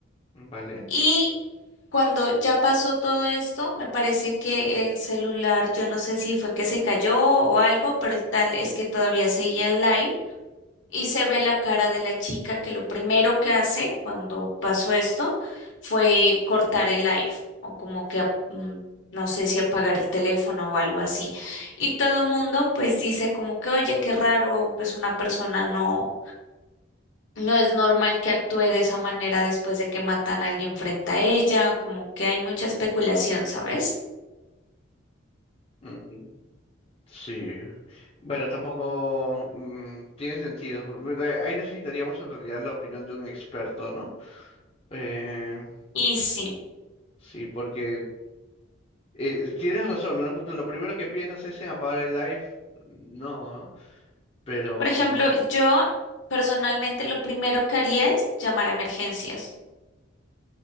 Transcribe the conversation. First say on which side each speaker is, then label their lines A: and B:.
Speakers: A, on the left (about 30°); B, on the left (about 65°).
A: ¿Vale?
B: y Cuando ya pasó todo esto, me parece que el celular, yo no sé si fue que se cayó o algo, pero el tal es que todavía seguía en live y se ve la cara de la chica que lo primero que hace cuando pasó esto fue cortar el live o como que ap- mm, no sé si apagar el teléfono o algo así. Y todo el mundo pues dice como que, oye, qué raro, pues una persona no. No es normal que actúe de esa manera después de que matan a alguien frente a ella, como que hay mucha especulación, ¿sabes?
A: Mm, Sí. Bueno, tampoco mm, tiene sentido. Bueno, Eh, Ahí necesitaríamos en realidad la opinión de un experto, ¿no? Eh,
B: Y sí,
A: sí, porque eh, tienes razón, ¿no? En un punto, lo primero que piensas es en apagar el live. No, ¿no? Pero.
B: por ejemplo, yo personalmente lo primero que haría es llamar a emergencias.